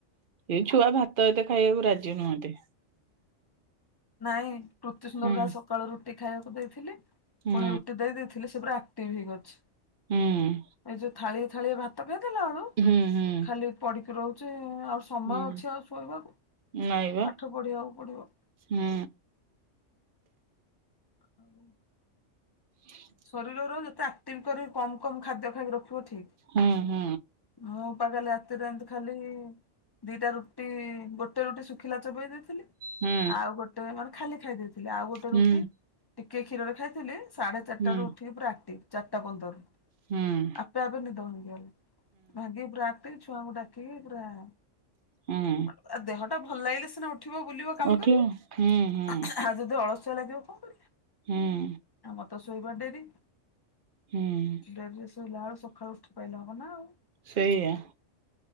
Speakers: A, on the right (about 50°); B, on the left (about 25°).
A: ଏ ଛୁଆ ଭାତ ଏତେ ଖାଇବାକୁ ରାଜି ନୁହନ୍ତି।
B: ନାଇଁ, କୃତି ସୁନ୍ଦରକୁ
A: ହୁଁ
B: ଆ <unintelligible> ସକାଳୁ ରୁଟି ଖାଇଆକୁ ଦେଇଥିଲି,
A: ହୁଁ
B: ଫୁଣି ରୁଟି ଦେଇ ଦେଇେଥିଲି ସେ ପୁରା ଆ ଟିଭ୍ ହେଇକି ଅଛି,
A: ହୁଁ।
B: ଏଇ ଯୋଉ ଥାଳିଏ ଥାଳିଏ ଭାତ୍ ତ ଖାଇ ଦେଲା ଅଳୁ,
A: ହୁଁ ହୁଁ
B: ଖାଲି ପଡିକି ରହୁଚିଁ, ଆଉ ସୁ ସମୟ
A: ହୁଁ
B: ଅଛି ଆଉ ଶୋଇବାକୁ?
A: ନାଇଁ ବା
B: ପାଠ ପଢିବାକୁ ପଡିବ।
A: ହୁଁ।
B: <inaudible>
A: ହୁଁ।
B: ଶରୀରର ଯେତେ ଆକ୍ଟିଭ୍ କରି କମ୍ କମ୍ ଖାଦ୍ୟ ଖାଇକି ରଖିବ ଠିକ୍।
A: ହୁଁ, ହୁଁ।
B: ମୁଁ ପା କାଲି ରାତିରେ ଏନ୍ତି ଖାଲି ଦିଟା ରୁଟି-ଇ, ଗୋଟେ ରୁଟି ଶୁଖିଲା ଚୋବେଇ ଦେଇଥିଲି।
A: ହୁଁ ହୁଁ
B: ଆଉ ଗୋଟେ ମାନେ ଖାଲି ଖାଇ ଦେଇଥିଲି। ଆଉ ଗୋଟେ
A: ହୁଁ
B: ରୁଟି ଟିକେ କ୍ଷୀରରେ ଖାଇ ଥିଲି। ସାଢେ ଚାର୍
A: ହୁଁ
B: ଟା ରୁ ଉଠିକି ପୁରା ଆକ୍ଟିଭ୍ ଚାର୍ ଟା ପନ୍ଦରରୁ।
A: ହୁଁ
B: ଆପେ ଆପେ ନିଦ ଭାଙ୍ଗି ଗଲା। ଭାଙ୍ଗିକି ପୁରା ଆକ୍ଟିଭ୍, ଛୁଆଙ୍କୁ ଡାକିକି ପୁରା-ଆ
A: ଉଁ।
B: ଆ ଦେହଟା ଭଲ ଲାଗିଲେ ସିନା ଉଠିବ, ବୁଲିବ, କାମ
A: ଉଠିବ
B: କରିବ।
A: ହୁଁ ହୁଁ।
B: ଆ ଯଦି ଅଳସୁଆ ଲାଗିବ କଣ କରି
A: ହୁଁ।
B: ଆମର ତ ଶୋଇବା ଡେରି।
A: ହୁଁ
B: ଡେରିରେ ଶୋଇଲା ଅଳୁ ସଖାଳୁ ଉଠି ପାଇଲେ ହବ ନା ଆଉ!
A: ସେଇୟା।